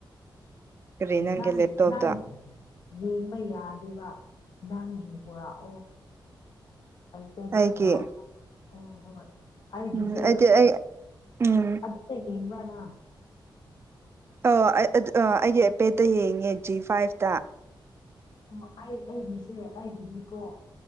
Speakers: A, on the right; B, on the left.
A: ꯀꯔꯤ ꯅꯪꯒꯤ
B: ꯅꯪ
A: ꯂꯦꯞꯇꯣꯞꯇ
B: ꯅꯪ ꯌꯦꯡꯕ ꯌꯥꯗꯦꯕ ꯅꯪꯒꯤ ꯄꯨꯔꯛꯑꯣ ꯑꯩꯇ <unintelligible>
A: ꯑꯩꯒꯤ
B: ꯄꯨꯔꯣꯑꯣ ꯑꯣ ꯍꯣꯏ ꯑꯩꯒꯤꯁꯦ
A: ꯎꯝ ꯑꯩꯗꯤ ꯑꯩ ꯎꯝ
B: ꯑꯗꯨꯗ ꯌꯦꯡꯕ꯭ꯔꯅ
A: ꯑ ꯑꯩꯒꯤ ꯑꯦꯄꯦꯠꯇ ꯌꯦꯡꯉꯦ ꯖꯤ ꯐꯥꯏꯚꯇ
B: ꯑꯣ ꯑꯩ ꯑꯩꯒꯤꯁꯦ ꯑꯩꯒꯤꯗꯤꯀꯣ